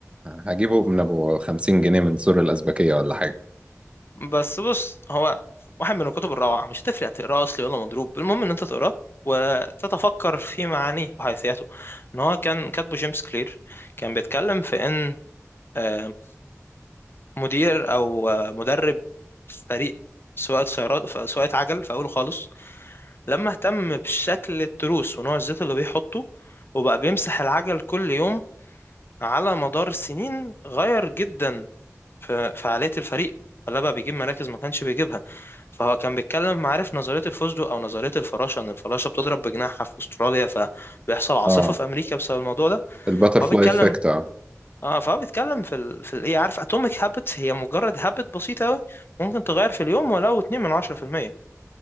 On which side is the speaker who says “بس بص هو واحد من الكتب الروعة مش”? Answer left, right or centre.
Left